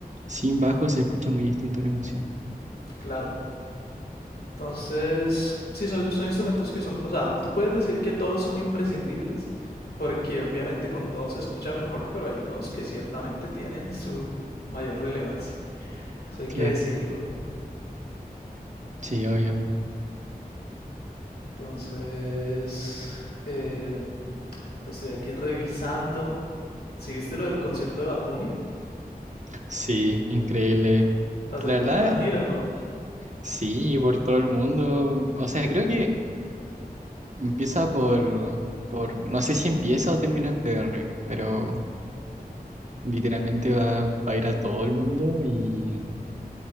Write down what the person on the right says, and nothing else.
Sin bajo se escucha muy distinto una canción.
Claro,
sí, obvio.
Sí, increíble.
La
verdad,
sí, por todo el mundo. O sea, creo que empieza por, por, no sé si empieza o termina en PR, pero literalmente va, va a ir a todo el mundo y